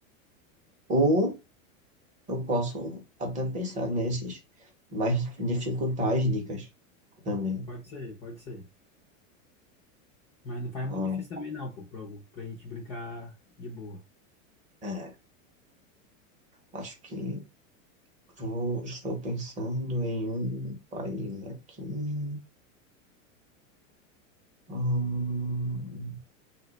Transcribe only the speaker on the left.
Pode ser, pode ser. Mas não faz
muito difícil também, não, pô, pra, pra gente brincar de boa.